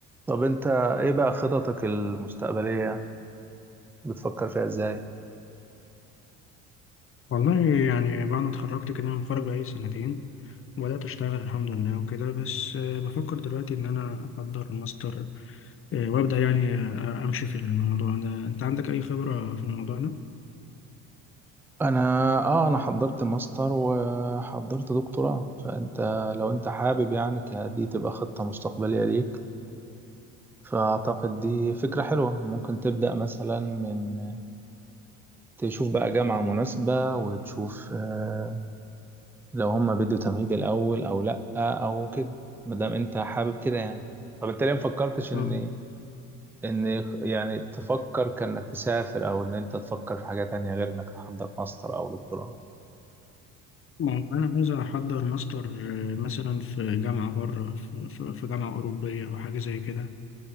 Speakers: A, in the centre; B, on the left.
A: طب انت ايه بقى خططك المستقبلية بتفكر فيها ازاي
B: والله يعني بعد ما اتخرجت كده انا متخرج بقالي سنتين وبدأت اشتغل الحمد لله وكده بس آه، بفكر دلوقتي ان انا احضر ماستر آه، وابدأ يعني آه، امشي في الموضوع ده انت عندك اي خبرة في الموضوع ده؟
A: انا اه انا حضرت ماستر وحضرت دكتوراه فانت لو انت حابب يعني ك- دي تبقى خطة مستقبلية ليك فاعتقد دي فكرة حلوة ممكن تبدأ مثلا من تشوف بقى جامعة مناسبة وتشوف آه، لو هم بدوا تمهيد الاول او لا او كده مادام انت حابب كده يعني طب انت ليه مفكرتش
B: طب
A: ان ان يعني تفكر كانك تسافر او ان انت تفكر في حاجة تانية غير انك تحضر ماستر او دكتوراه
B: ما هو انا عايز احضر ماستر آه، مثلا في جامعة بره في في- في جامعة اوروبية او حاجة زي كده